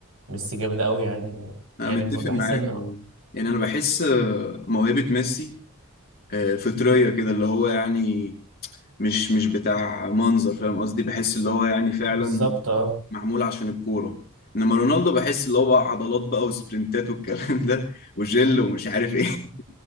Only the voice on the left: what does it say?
انا
متفق
معاك
فاهم؟ يعني انا بحس آه، موهبة ميسي آه، فطرية كده اللي هو يعني مش مش بتاع منظر فاهم قصدي بحس اللي هو يعني فعلا
معمول عشان الكورة انما رونالدو بحس اللي هو بقى عضلات بقى وسبرنتات والكلام ده وجل ومش عارف ايه <laughs>